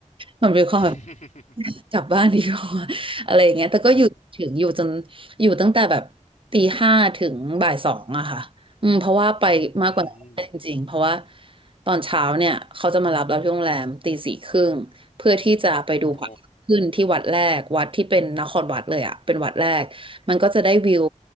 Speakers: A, on the right; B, on the left.
A: ผมัน <laughs> ความแบบ
B: <laughs>
A: กลับบ้านดีกว่า <laughs> อะไรอย่างเงี้ยแต่ก็อยู่ถึงอยู่จน
B: เออ
A: อยู่ตั้งแต่แบบตีห้าถึงบ่ายสองอะค่ะอืมเพราะว่าไปมากกว่านั้นไม่ได้จริงๆเพราะว่า
B: อืม
A: ตอนเช้าเนี่ยเขาจะมารับเราที่โรงแรมตีสี่ครึ่งเพื่อที่จะไปดูพระอาทิตย์ขึ้นที่วัดแรกวัดที่เป็นนครวัดเลยอะเป็นวัดแรกมันก็จะได้วิว
B: โอ้